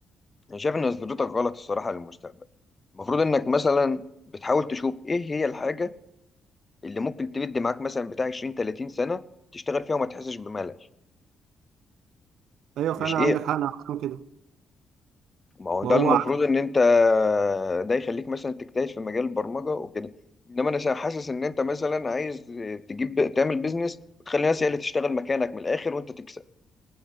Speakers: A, on the left (about 30°); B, on the right (about 80°).
A: انا شايف ان نظرتك غلط الصراحه للمستقبل المفروض انك مثلا بتحاول تشوف ايه هي الحاجه اللي ممكن تمد معاك مثلا بتاع 20 30 سنة تشتغل فيها وما تحسش بملل
B: ايوه
A: مش
B: فعلا
A: ايه
B: عندك حق انا أحسن كده
A: ما هو
B: ما
A: ده
B: هو
A: المفروض ان انت ده يخليك مثلا تجتهد في مجال البرمجة وكده انما انا شا- حاسس ان انت مثلا عايز تجيب تعمل بيزنس وتخلي الناس هي اللي تشتغل مكانك من الاخر وانت تكسب